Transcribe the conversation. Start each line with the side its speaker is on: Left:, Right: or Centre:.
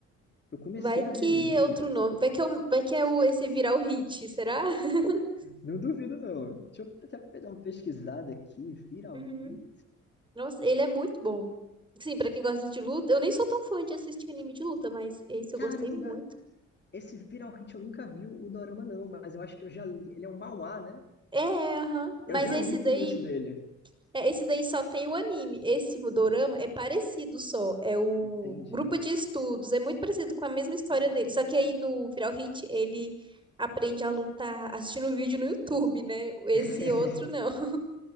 Left: eu comecei
Right: Vai
Left: a ver
Right: que
Left: anime,
Right: é outro nome. Vai que é, o, vai que é o, esse virar o hit, será? <laughs>
Left: não duvido não. Deixa eu até dar uma pesquisada aqui, Viral
Right: Uhum.
Left: Hit.
Right: Nossa, ele é muito bom. Sim, pra quem gosta de luta, eu nem sou tão fã de assistir anime de luta, mas esse eu
Left: Caramba,
Right: gostei muito.
Left: esse Viral Hit eu nunca vi o Dorama, não, mas eu acho que eu já li. Ele é um manhwa, né?
Right: É, aham. Mas
Left: Eu já
Right: esse
Left: li o
Right: daí,
Left: começo dele.
Right: é, esse daí só tem o anime. Esse tipo dorama é parecido só. É o
Left: Entendi.
Right: grupo de estudos, é muito parecido com a mesma história
Left: Ah,
Right: dele.
Left: entendi.
Right: Só que aí no Viral Hit ele aprende a lutar assistindo vídeo no YouTube, né? Esse
Left: <laughs>
Right: outro não. <laughs>